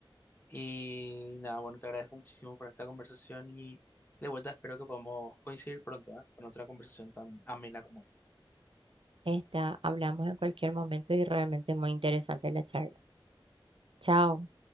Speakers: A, on the left; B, on the right.
A: Y nada, bueno, te agradezco muchísimo por esta conversación y de vuelta espero que podamos coincidir pronto, ¿eh? con otra conversación tan amena como esta.
B: Está, hablamos en cualquier momento y realmente muy interesante la charla. Chao.